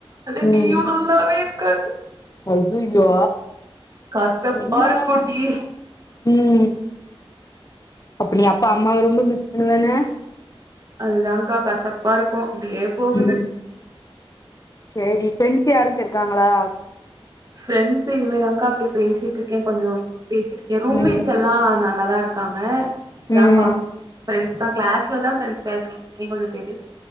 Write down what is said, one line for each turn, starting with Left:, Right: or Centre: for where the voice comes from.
Right: அது
Left: ம்
Right: டீயும் நல்லாவே இருக்காது
Left: அய்யய்யோ
Right: கசப்பா
Left: என்னடா
Right: இருக்கு டீ
Left: ம் அப்ப நீ அப்பா அம்மாவ ரொம்ப மிஸ் பண்ணுவ இன்ன
Right: அதுதாங்க்கா கசப்பா இருக்கு அப்டியே போகுது
Left: ம் சேரி ஃப்ரெண்ட்ஸ் யாரு கிருக்காங்களா
Right: ஃப்ரெண்ட்ஸ் இனிமேதான்கா அப்டியே பேசிட்டு இருக்கே கொஞ்சோ பேசிட்டு இருக்கே ரூம்மேட்ஸ்
Left: ம்
Right: எல்லா நல்லாதா இருக் இருக்காங்கா தான்பா
Left: ம்
Right: ஃபிரண்ட்ஸ்தா கிளாஸ்ல தா பிரண்ட்ஸ் பேசிட்டு இங்க கொஞ்ச பேரு